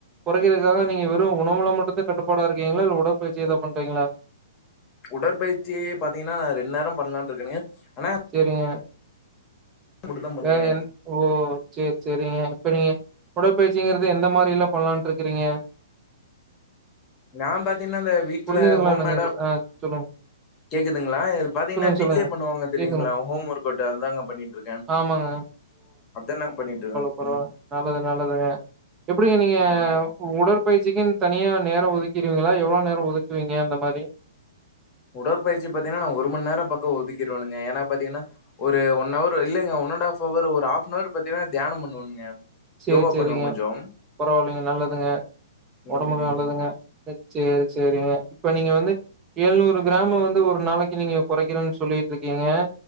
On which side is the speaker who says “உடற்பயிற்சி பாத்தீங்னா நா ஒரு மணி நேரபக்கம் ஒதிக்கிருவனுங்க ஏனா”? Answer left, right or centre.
Left